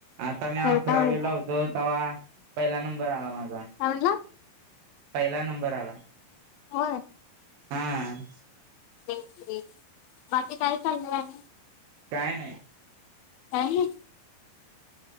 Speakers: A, on the right; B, on the left.
A: आता मी
B: खेळता
A: अकरावी
B: होय काय
A: होतो तेवा पहिला नंबर आला माझा.
B: काय म्हणला?
A: पहिला नंबर आला.
B: होय.
A: हम.
B: ग्रेट, ग्रेट बाकी काय चालणार आणि?
A: काय नाही.
B: काय नाहि.